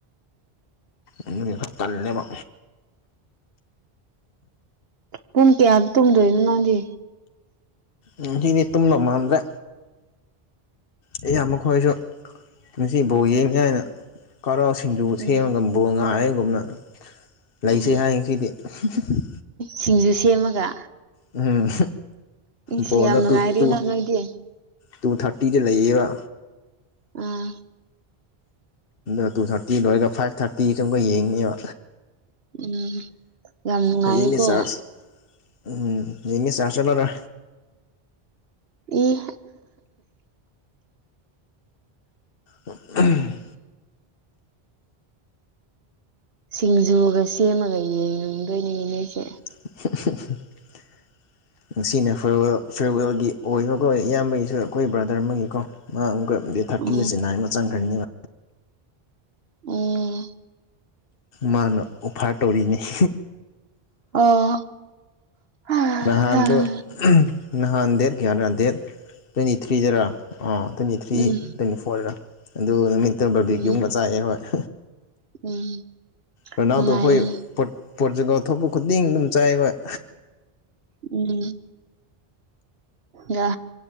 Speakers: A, on the left (about 65°); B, on the right (about 70°).
A: ꯑꯗꯨꯒꯤ ꯇꯜꯂꯦꯕ
B: ꯄꯨꯡ ꯀꯌꯥꯗ ꯇꯨꯝꯗꯣꯏꯅꯣ ꯅꯪꯗꯤ
A: ꯑꯩꯗꯤꯅꯦ ꯇꯨꯝꯗꯧ ꯃꯟꯗꯔ꯭ꯦ ꯑꯩꯌꯥ ꯃꯈꯣꯏꯁꯨ ꯉꯁꯤ ꯕꯣꯜ ꯌꯦꯡꯅꯤ ꯍꯥꯏꯅ ꯈꯔꯥ ꯁꯤꯡꯖꯨ
B: ꯎꯝ
A: ꯁꯦꯝꯃꯥꯒ ꯕꯣꯜ ꯉꯥꯏꯔꯒꯨꯝꯅ ꯂꯩꯁꯦ
B: ꯎꯝ
A: ꯍꯥꯏꯌꯦ ꯉꯥꯁꯤꯗꯤ <unintelligible> ꯍꯨꯝ ꯍꯨꯝ
B: ꯁꯤꯡꯖꯨ ꯁꯦꯝꯃꯥꯒ
A: ꯎꯝ
B: ꯏꯁꯤ
A: ꯕꯣꯜꯗꯣ
B: ꯌꯥꯝ ꯅꯨꯡꯉꯥꯏꯔꯤꯅ
A: ꯇꯨ ꯇꯨ
B: ꯅꯣꯏꯗꯤ
A: ꯇꯨ ꯊꯥꯔꯇꯤꯗ ꯂꯩꯌꯦꯕ
B: ꯎꯝ
A: ꯑꯗꯨ ꯇꯨ ꯊꯥꯔꯇꯤ ꯂꯣꯏꯔꯒ ꯐꯥꯏꯚ ꯊꯥꯔꯇꯤ ꯁꯨꯝꯒ ꯌꯦꯡꯅꯤꯕ
B: ꯎꯝ ꯌꯥꯝ ꯅꯨꯡꯉꯥꯏꯌꯦꯀꯣ
A: ꯍꯌꯦꯡꯅꯦ ꯆꯥꯔꯖ ꯎꯝ ꯌꯦꯡꯉꯦ ꯆꯔ ꯆꯠꯂꯣꯅ
B: ꯏ
A: ꯎꯝ ꯍꯨꯝ
B: ꯁꯤꯡꯖꯨꯒ ꯁꯦꯝꯃꯒ ꯌꯦꯡ ꯉꯝꯗꯣꯏꯅꯤꯅꯦ ꯅꯣꯏꯁꯦ
A: <unintelligible> ꯉꯁꯤꯅ ꯐꯤꯔꯋꯦꯜ ꯐꯦꯔꯋꯦꯜꯒꯤ ꯑꯣꯏꯕꯀꯣ ꯏꯌꯥꯝꯕꯒꯤꯁꯨ ꯑꯩꯈꯣꯏ ꯕ꯭ꯔꯗꯔ ꯑꯃꯒꯤꯀꯣ ꯃꯥ ꯑꯃꯨꯛꯀ ꯗꯦꯠ ꯊꯥꯔꯇꯤꯗ
B: ꯎꯝ
A: ꯆꯤꯟꯅꯥꯏ ꯑꯃ ꯆꯪꯈꯔꯅꯤꯕꯥ
B: ꯎꯝ
A: ꯃꯥꯅ ꯑꯣꯐꯥꯔ ꯇꯧꯔꯤꯅꯤ <unintelligible>
B: ꯑꯣ ꯑꯣ
A: ꯅꯍꯥꯟꯗꯣ ꯅꯍꯥꯟ ꯗꯦꯠ ꯀꯌꯥꯔꯥ ꯗꯦꯠ ꯇ꯭ꯋꯦꯟꯇꯤ ꯊ꯭ꯔꯤꯗꯔꯥ ꯑꯣ ꯇ꯭ꯋꯦꯟꯇꯤ ꯊ꯭ꯔꯤ
B: ꯎꯝ
A: ꯇ꯭ꯋꯦꯟꯇꯤ ꯐꯣꯔꯗ ꯑꯗꯨ ꯅꯨꯃꯤꯠꯇꯨ ꯕꯔꯕꯤꯀꯤꯌꯨ꯭ꯃꯥ
B: ꯎꯝ
A: ꯆꯥꯛꯑꯦ ꯑꯈꫭꯏ
B: ꯎꯝ
A: ꯔꯅꯥꯎꯗꯣ
B: ꯅꯨꯡꯉꯥꯏꯅꯦ
A: ꯈꯣꯏ ꯄꯣꯠ ꯄꫭꯔꯇꯨꯒꯜ ꯊꯣꯛꯄ ꯈꯨꯗꯤꯡ ꯑꯗꯨꯝ ꯆꯥꯏ ꯑꯈꫭꯏ
B: ꯎꯝ ꯌꯥ